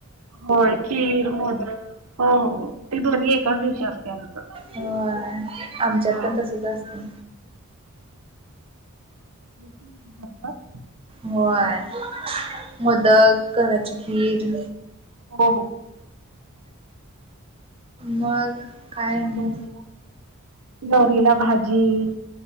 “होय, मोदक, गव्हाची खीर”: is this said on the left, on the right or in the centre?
Right